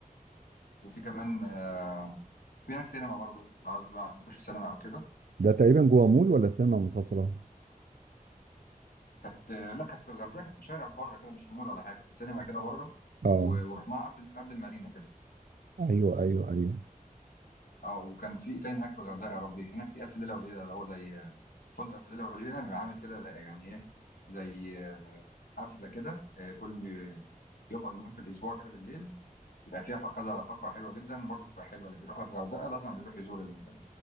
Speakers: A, on the left; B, on the right.
A: وفي كمان آه، في هناك سينما برضه لو عاوز بقى نخش سينما او كده
B: ده تقريبا جوه مول ولا سينما منفصله
A: كانت لا كانت في الغردقه كانت في شارع بره كده مش في مول ولا حاجه كانت في سينما كده بره
B: اه
A: و- ورحناها قبل قبل المارينا كده
B: ايوه ايوه ايوه
A: اه وكان في ايه تاني هناك في الغردقه يا ربي هناك في الف ليله وليله اللي هو زي فندق الف ليله وليله بيبقى عامل كده يعني ايه زي حفله كده آه، كل يوم او يومين في الاسبوع كده بالليل بيبقى فيها كذا فقره حلوه جدا برضو بتبقى حلوه اللي بيروح الغردقه لازم بيروح يزور ال...